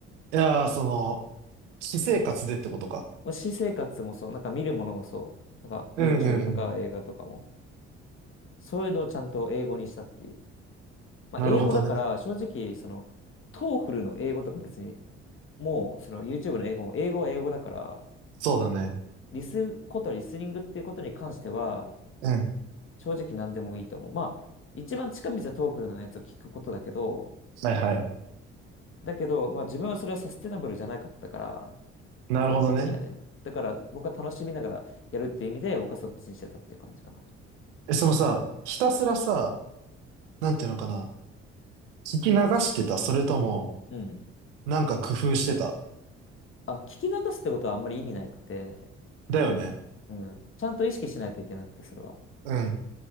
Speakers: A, on the right; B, on the left.
A: いやー、その、私生活でってことか。
B: う私生活もそう、なんか見るものもそう、なんか
A: うんうんうん。
B: YouTube とか映画とかも、そういうのをちゃんと英語にしたっていう。まあ英語だから正直そのトーフルの英語とか別に
A: なるほどね。
B: もうその YouTube の英語も英語は英語だから、
A: そうだね。
B: リスことリスニングっていうことに関しては
A: うん。
B: 正直何でもいいと思う。まあ、一番近道はトーフルのやつを聞くことだけど、
A: はいはい。
B: だけど、まあ自分はそれはサステナブルじゃなかったから、
A: なるほどね。
B: 僕的にはね。だから僕は楽しみながらやるっていう意味で、僕はそっちにしてたっていう感じかな。
A: え、そのさ、ひたすらさ、なんていうのかな。聞き流してたそれとも、
B: うん。
A: なんか工夫してた
B: あ、聞き流すってことはあんまり意味なくて、
A: だよね。
B: うん。ちゃんと意識しないといけなくて、それは。
A: うん。